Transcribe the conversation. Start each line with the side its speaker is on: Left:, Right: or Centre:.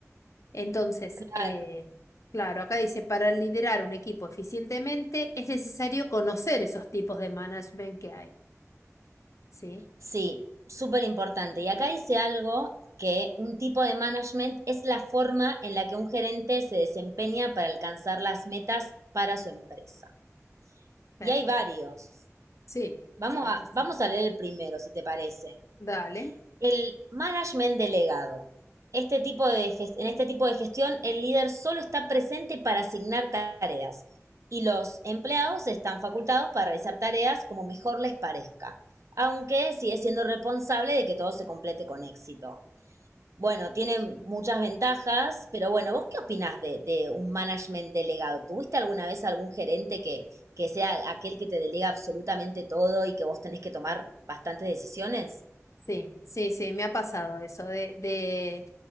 Left: Entonces,
Right: Claro.
Left: eh, claro, acá dice, para liderar un equipo eficientemente es necesario conocer esos tipos de management que hay. ¿Sí?
Right: Sí, súper importante. Y acá dice algo que un tipo de management es la forma en la que un gerente se desempeña para alcanzar las metas para su empresa.
Left: Perfecto.
Right: Y hay varios.
Left: Sí,
Right: Vamos
Left: sí,
Right: a,
Left: sí, sí.
Right: vamos a leer el primero, si te parece.
Left: Dale.
Right: El management delegado. Este tipo de gest- en este tipo de gestión, el líder solo está presente para asignar tareas y los empleados están facultados para realizar tareas como mejor les parezca, aunque sigue siendo responsable de que todo se complete con éxito. Bueno, tiene muchas ventajas, pero bueno, ¿vos qué opinás de, de un management delegado? ¿Tuviste alguna vez algún gerente que, que sea aquel que te delega absolutamente todo y que vos tenés que tomar bastantes decisiones?
Left: Sí, sí, sí, me ha pasado eso de, de,